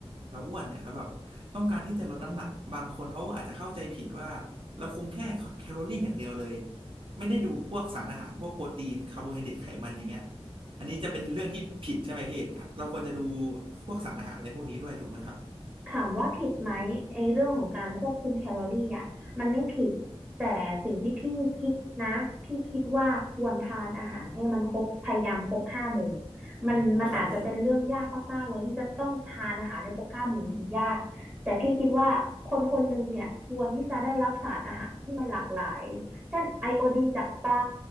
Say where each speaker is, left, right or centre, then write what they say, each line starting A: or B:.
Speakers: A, on the right; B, on the right.
A: เราอ้วนเนี่ยแล้วแบบต้องการที่จะลดน้ำหนักบางคนเขาอาจจะเข้าใจผิดว่าเราคุมแค่แคลอรี่อย่างเดียวเลยไม่ได้ดูพวกสารอาหารพวกโปรตีนคาร์โบไฮเดรตไขมันอย่างเงี้ยอันนี้จะเป็นเรื่องที่ผิดใช่ไหมพี่ถ้าเราควรจะดูพวกสารอาหารอะไรพวกนี้ด้วยถูกไหมครับ
B: ถามว่าผิดไหมไอ้เรื่องของการควบคุมแคลอรี่อ่ะมันไม่ผิดแต่สิ่งที่พี่คิดนะพี่คิดว่าควรทานอาหารให้มันครบพยายามครบห้าหมู่
A: อ๋อครับพี่
B: มันมันอาจจะเป็นเรื่องยากมากๆเลยที่จะต้องทานอาหารให้ครบห้าหมู่มันยากแต่พี่คิดว่าคนคนหนึ่งเนี่ยควรที่จะได้รับสารอาหารที่มันหลากหลายเช่นไอโอดีนจากปลา